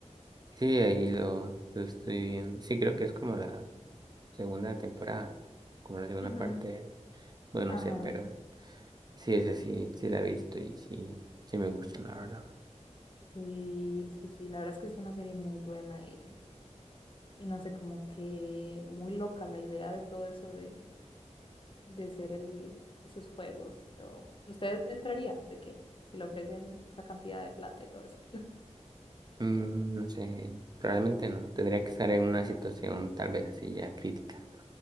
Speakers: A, on the right (about 35°); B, on the left (about 45°).
A: sí, ahí lo, lo estoy viendo. Sí, creo que es como la segunda temporada, como la segunda
B: Ujú.
A: parte, bueno,
B: Ajá.
A: no sé, pero sí es así, sí la he visto y sí, sí me gusta, la verdad.
B: Sí, sí, sí, la verdad es que es una serie muy buena y, y no sé, como que muy loca la idea de todo eso de, de ser el, esos juegos y todo. ¿Usted entraría? ¿De qué? Si le ofrecen esa cantidad de plata y todo eso.
A: Mm, no sé, probablemente no. Tendría que estar en una situación tal vez así ya crítica,